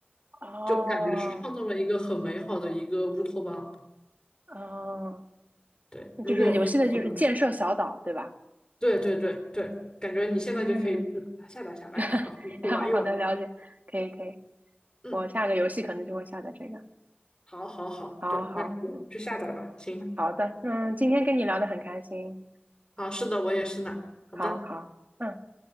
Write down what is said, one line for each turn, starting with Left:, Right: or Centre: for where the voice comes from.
Right: 哦，
Left: 就感觉是创造了一个很美好的一个乌托邦。
Right: 哦，
Left: 对，如果你朋友的
Right: 就是游戏的就是建设小岛，对吧？
Left: 对对对对，感觉你现在就可以去把它下载下来，
Right: 嗯，<laughs>
Left: 然后去玩一玩。
Right: 然好的，了解，可以可以，
Left: 嗯，
Right: 我下个游戏可能就会下载这个。
Left: 好，好，好，
Right: 好好，
Left: 对，那你就去下载吧。
Right: 嗯，
Left: 行，
Right: 好的，那今天跟你聊的很开心，
Left: 啊，是的，我也是呢。好的。
Right: 好好，嗯。